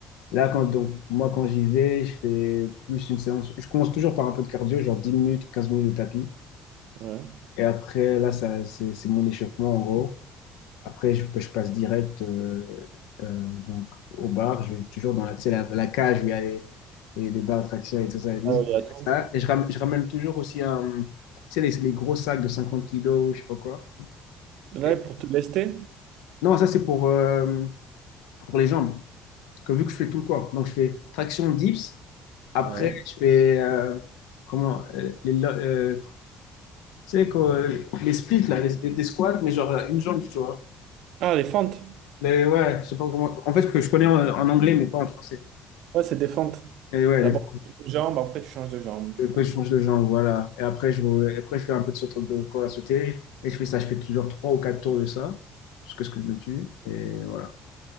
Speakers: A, on the left; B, on the right.
A: là, quand, donc, moi, quand j'y vais, je fais plus une séance. Je commence toujours par un peu de cardio, genre 10 minutes, 15 minutes de tapis.
B: Ouais.
A: Et après, là, ça, c'est, c'est mon échauffement, en gros. Après, je, je passe direct euh, euh, donc, au bar. Je vais toujours dans la, tu sais, la, la cage où il y a les, les, les barres de traction et tout ça. Et, tout
B: Ah oui, attends.
A: ça. Et je ramène, je ramène toujours aussi un, tu sais, les, les gros sacs de 50 kilos, je sais pas quoi.
B: Là,
A: Et-
B: pour te lester?
A: Non, ça, c'est pour, euh, pour les jambes. Parce que vu que je fais tout le corps, donc je fais traction dips, après
B: Ouais.
A: je fais euh, comment euh, les, lo- euh, tu sais, quoi, euh, les splits là, les- des, des squats, mais genre euh, une jambe, tu vois.
B: Ah, les fentes.
A: Les- ouais, je sais pas comment. En fait, que je connais en, en anglais, mais pas en français.
B: Ouais, c'est des fentes.
A: Et ouais,
B: D'abord,
A: les-
B: tu fais une jambe, après, tu changes de jambe.
A: et
B: Tu-
A: après je change de jambe, voilà. Et après je, re- et après je fais un peu de saut de corps à sauter. Et je fais ça, je fais toujours trois ou quatre tours de ça, jusqu'à ce que je me tue. Et voilà.